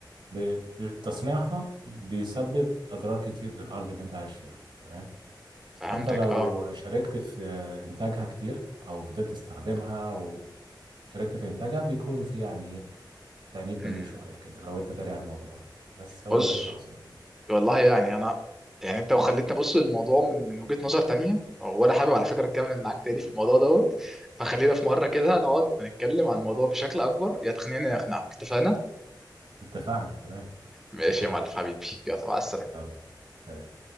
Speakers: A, on the right; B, in the centre.
A: ب- ب- بتصنيعها بيسبب اضرار كتير للارض اللي انت عايش فيها تمام
B: فهمتك
A: فانت لو
B: أه
A: شاركت في آه، انتاجها كتير او فضلت تستخدمها وشاركت في انتاجها بيكون في يعني ايه تأنيب
B: أمم.
A: ضمير شويه كده لو انت داري على الموضوع بس هو
B: بص
A: ده اللي كان اقصده
B: والله يعني انا يعني انت وخليتني ابص للموضوع من من وجهة نظر تانية وانا حابب على فكرة اتكلم معاك تاني في الموضوع دوت فخلينا في مرة كده نقعد نتكلم عن الموضوع بشكل اكبر يا تقنعني يا اقنعك اتفقنا
A: اتفقنا تمام
B: ماشي يا معلم حبيبي يلا مع السلامة
A: يلا سلام